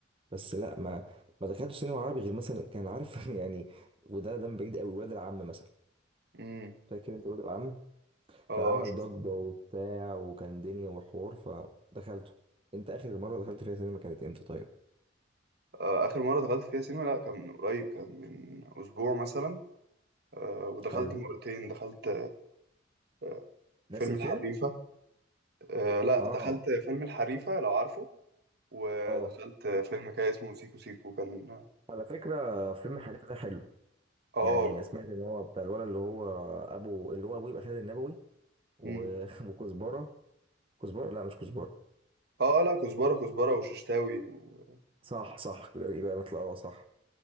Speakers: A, on the right; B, on the right.
A: بس لا ما ما دخلتش سينما عربي غير مثلا كان عارف <laughs> يعني وده ده من بعيد قوي ولاد العم مثلا
B: امم
A: فاكر انت ولاد العم
B: اه
A: كان عمل
B: شوف
A: ضجه وبتاع وكان دنيا وحوار فدخلته انت اخر مره دخلت فيها سينما كانت امتى طيب
B: آه، آخر مرة دخلت فيها سينما لا كان من قريب كان من أسبوع مثلا آه، ودخلت
A: حلو
B: مرتين دخلت آه،
A: نفس
B: فيلم
A: الفيلم
B: الحريفة آه، لا
A: اه
B: دخلت فيلم الحريفة لو عارفه ودخلت
A: اه
B: فيلم كده اسمه سيكو سيكو كان
A: على فكره فيلم حريفه ده حلو
B: اه
A: يعني سمعت ان هو بتاع الولد اللي هو ابو اللي هو ابوه يبقى خالد النبوي و-
B: امم
A: <laughs> وكزبره كزبره لا مش كزبره
B: اه لا كزبرة كزبرة وششتاوي و...
A: صح صح يبقى يبقى نطلع اه صح